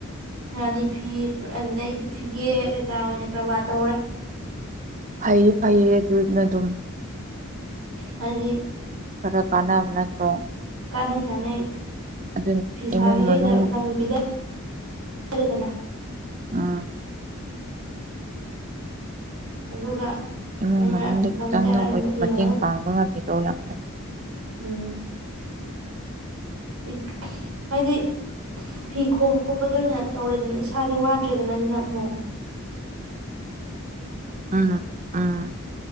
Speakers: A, on the right; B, on the right.
A: ꯔꯥꯅꯤ ꯐꯤ ꯑꯗꯨꯗ ꯑꯩꯗꯤ ꯐꯤꯒꯦ ꯀꯩꯀꯥ ꯑꯣꯏꯅ ꯀꯔꯕꯥꯔ ꯇꯧꯔꯦ꯫
B: ꯐꯩꯌꯦ- ꯐꯩꯌꯦ ꯑꯗꯨꯅ ꯗꯨꯝ꯫
A: ꯍꯥꯏꯗꯤ
B: ꯈꯔ ꯀꯥꯟꯅꯕ ꯅꯠꯇ꯭ꯔꯣ
A: ꯀꯥꯅꯩ- ꯀꯥꯟꯅꯩ
B: ꯑꯗꯨ
A: ꯐꯤ ꯁꯥꯕꯤꯈꯩꯗ
B: ꯏꯃꯨꯡ ꯃꯅꯨꯡ
A: ꯂꯪ ꯄꯤꯗ ꯔꯦꯗꯅ
B: ꯑꯥ꯫
A: ꯑꯗꯨꯒ
B: ꯏꯃꯨꯡ
A: ꯑꯩꯅ
B: ꯃꯅꯨꯡꯗ
A: <unintelligible>
B: ꯈꯤꯇꯪꯗ
A: ꯐꯤ
B: ꯃꯇꯦꯡ
A: ꯍꯧꯅ
B: <unintelligible>
A: ꯎꯝ ꯏꯠ ꯍꯥꯏꯗꯤ ꯐꯤ ꯈꯣꯝꯕ ꯈꯣꯠꯄꯗ ꯑꯣꯏꯅ ꯇꯧꯔꯦꯗꯅ ꯏꯁꯥꯗꯤ ꯋꯥꯗ꯭ꯔꯦꯗꯅ ꯑꯗꯨꯅ ꯐꯨꯡ
B: ꯎꯝ- ꯎꯝ- ꯎꯝ꯫